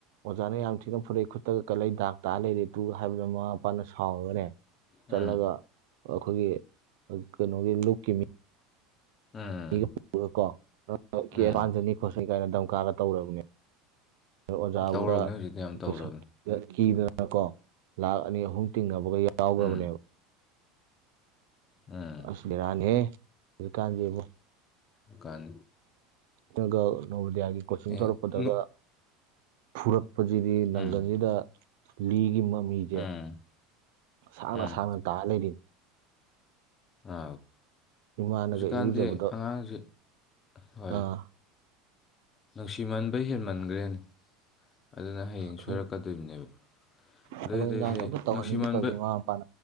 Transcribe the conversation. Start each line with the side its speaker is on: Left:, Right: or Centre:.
Right: ꯑꯣꯖꯥꯅ ꯌꯥꯝ ꯊꯤꯅ ꯐꯨꯔꯛꯏ ꯈꯨꯠꯇꯒ ꯀꯠꯂꯛꯏ ꯗꯥꯛ ꯇꯥꯛꯑ ꯂꯩꯔꯦ ꯇꯨ ꯍꯥꯏꯕꯗꯣ ꯃꯃꯥ ꯃꯄꯥꯅ ꯁꯥꯎꯔꯅꯦ
Left: ꯎꯝ
Right: ꯆꯠꯂꯒ ꯑꯩꯈꯣꯏꯒꯤ ꯀꯩꯅꯣꯒꯤ ꯂꯨꯞꯀꯤ ꯃꯤ
Left: ꯎꯝ
Right: ꯃꯤꯒ ꯄꯨꯔꯒ ꯀꯣ ꯀ
Left: ꯎꯝ
Right: ꯄꯥꯟꯖꯅꯤ ꯈꯣꯠꯁꯅꯤ ꯀꯥꯏꯅ ꯗꯝꯀꯥꯔꯒ ꯇꯧꯔꯕꯅꯦꯕ ꯑꯣꯖꯥ
Left: ꯇꯧꯔꯕꯅꯦ
Right: ꯄꯨꯥ
Left: ꯍꯧꯖꯤꯛꯇꯤ ꯌꯥꯝ ꯇꯧꯔꯕꯅꯦ
Right: ꯄꯩꯁ ꯀꯤꯗꯅ ꯀꯣ ꯂꯥꯛ ꯑꯅꯤ ꯑꯍꯨꯝ ꯇꯤꯡꯅꯕꯒ ꯌꯥꯎꯈ꯭ꯔꯕꯅꯦꯕ
Left: ꯎꯝ ꯎꯝ
Right: ꯑꯁꯃꯤꯔꯥꯅꯤ ꯍꯧ ꯀꯥꯟꯁꯤꯦꯕꯨꯣ
Left: ꯃꯀꯥꯟ
Right: ꯅ ꯅꯣꯣꯗꯤꯌꯥꯒꯤ ꯀꯣꯆꯤꯡ
Left: ꯑꯦ
Right: ꯇꯧꯔꯛꯄꯗꯒ
Left: ꯅꯣ
Right: ꯐꯨꯔꯛꯄꯁꯤꯗꯤ ꯅꯪꯒꯜꯁꯤꯗ
Left: ꯎꯝ
Right: ꯂꯤꯒꯤ ꯃꯃꯤꯁꯦ
Left: ꯎꯝ
Right: ꯁꯥꯡꯅ
Left: ꯎꯝ
Right: ꯁꯥꯡꯅ ꯇꯥꯔ ꯂꯩꯔꯤꯅꯤ
Left: ꯉ
Right: ꯏꯃꯥꯅꯒ
Left: ꯍꯧꯖꯤꯛꯀꯥꯟꯗꯤ
Right: ꯏꯔꯨꯖꯕꯗ
Left: ꯑꯉꯥꯡꯁꯤ ꯍꯣꯏ
Right: ꯑꯥ
Left: ꯅꯨꯡꯁꯤꯃꯟꯕꯩ ꯍꯦꯟꯃꯟꯈ꯭ꯔꯦꯅꯦ ꯑꯗꯨꯅ ꯍꯌꯦꯡ
Right: ꯈꯪꯗꯦ
Left: ꯁꯣꯏꯔꯛꯀꯗꯣꯏꯕꯅꯦꯕ ꯑꯗꯨꯏꯗꯏꯗꯤ
Right: ꯊꯕꯛ ꯏꯟꯈꯥꯡꯒ ꯑꯝꯇ ꯇꯧꯍꯟꯅꯤꯡꯗꯦ
Left: ꯅꯨꯡꯁꯤ ꯃꯥꯟꯕ
Right: ꯇꯧꯔꯤꯁꯦ ꯃꯃꯥ ꯃꯄꯥꯅ